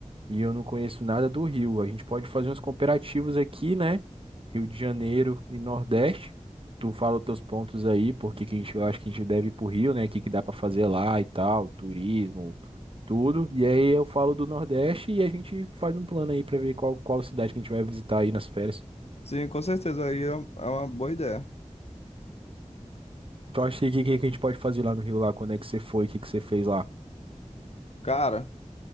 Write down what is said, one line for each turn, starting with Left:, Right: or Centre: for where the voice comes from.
Right: E eu não conheço nada do Rio. A gente pode fazer uns comparativos aqui, né? Rio de Janeiro e Nordeste. Tu fala os teus pontos aí, porque que que a gente eu acho que a gente deve ir pro Rio, né? O que que dá pra fazer lá e tal, turismo, tudo. E aí eu falo do Nordeste e a gente faz um plano aí pra ver qual, qual cidade que a gente vai visitar aí nas férias.
Left: Sim, com certeza, aí é é uma boa ideia.
Right: Tu acha que, que, que a gente pode fazer lá no Rio lá? Quando é que você foi? O que que você fez lá?
Left: Cara,